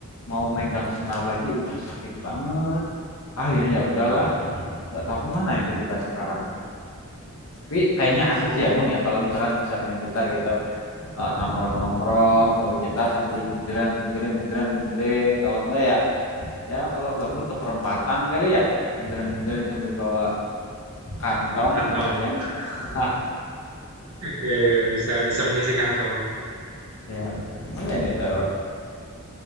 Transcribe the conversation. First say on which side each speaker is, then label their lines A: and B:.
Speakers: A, on the left; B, on the right.
A: Mau megang senar lagi udah sakit banget. Akhirnya ya udahlah,
B: Wah,
A: nggak tahu kemana itu gitar sekarang. Tapi kayaknya
B: oh,
A: asik sih ya emang ya kalau misalkan bisa main gitar gitu, Eh, nongkrong-nongkrong bawa gitar sambil genjreng genjreng genjreng genjreng. Kalau enggak ya ya kalau gabut ke perempatan kali ya genjreng genjreng sambil bawa kantong
B: kantong.
A: lumayan. <laughs> Hah,
B: Iya, iya, bisa bisa mengisi kantong.
A: ya betul lumayan itu.